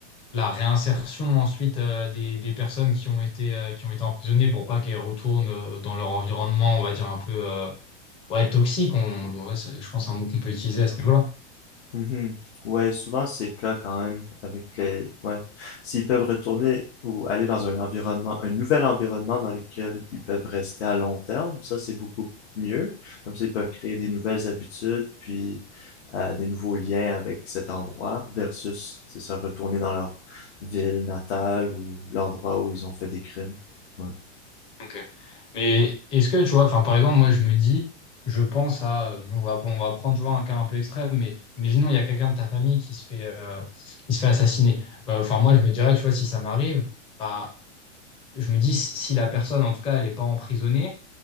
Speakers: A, on the left; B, on the left.
A: la réinsertion ensuite euh, des, des personnes qui ont été, euh, qui ont été emprisonnées pour pas qu'elles retournent euh, dans leur environnement, on va dire, un peu euh, ouais, toxique. On, ouais, c'est- je pense que c'est un mot qu'on peut utiliser à ce niveau-là.
B: Mhm. Ouais, souvent c'est le cas quand même avec les. Ouais. S'ils peuvent retourner ou aller dans un environnement, un nouvel environnement dans lequel ils peuvent rester à long terme, ça c'est beaucoup mieux. Comme ça, ils peuvent créer des nouvelles habitudes, puis euh, des nouveaux liens avec cet endroit, versus, c'est ça, retourner dans leur ville natale ou l'endroit où ils ont fait des crimes. Ouais.
A: Ok. Mais est-ce que tu vois, enfin par exemple, moi je me dis, je pense à, euh, on va, on va prendre tu vois, un cas un peu extrême, mais imaginons il y a quelqu'un de ta famille qui se fait, euh, qui se fait assassiner. Euh, Enfin moi je me dirais, tu vois, si ça m'arrive, bah, je me dis si si la personne en tout cas elle n'est pas emprisonnée,